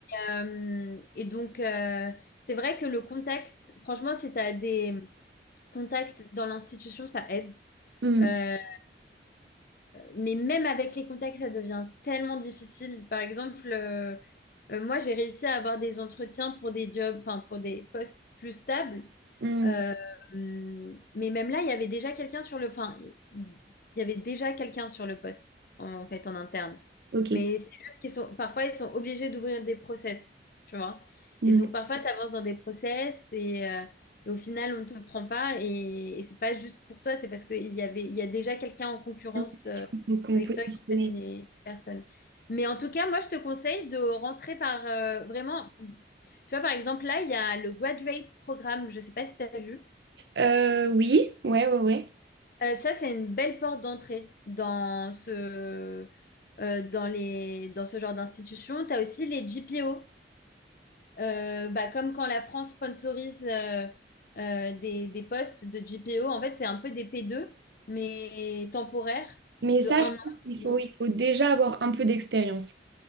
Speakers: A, on the left; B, on the right.
A: Euh, et donc, euh, c'est vrai que le contact, franchement, si tu as des contacts dans l'institution, ça aide.
B: mm,
A: Euh, mais même avec les contacts, ça devient tellement difficile. Par exemple, euh, euh, moi, j'ai réussi à avoir des entretiens pour des jobs, enfin pour des postes plus stables.
B: mm.
A: Euh, hum, mais même là, il y avait déjà quelqu'un sur le, enfin, il y avait déjà quelqu'un sur le poste en, fait en interne.
B: Ok.
A: Mais c'est juste qu'ils sont, parfois, ils sont obligés d'ouvrir des process, tu vois.
B: Mm,
A: Et donc parfois, tu avances dans des process et, euh, et au final, on ne te prend pas. Et, et c'est pas juste pour toi, c'est parce qu'il y avait, il y a déjà quelqu'un en concurrence.
B: mm.
A: euh,
B: Donc on
A: avec
B: peut
A: toi qui
B: dessiner.
A: connais les personnes. Mais en tout cas, moi, je te conseille de rentrer par euh, vraiment. Tu vois, par exemple, là, il y a le Graduate Programme. Je ne sais pas si tu as vu.
B: Euh, oui, ouais, ouais, ouais.
A: Euh, ça, c'est une belle porte d'entrée dans ce, euh, dans les, dans ce genre d'institution. Tu as aussi les GPO. Euh, bah, comme quand la France sponsorise euh, euh, des, des postes de GPO. En fait, c'est un peu des P2, mais temporaires,
B: Mais
A: de
B: ça,
A: un
B: je
A: an.
B: pense qu'il
A: deux
B: faut,
A: ans.
B: il faut déjà avoir un peu d'expérience.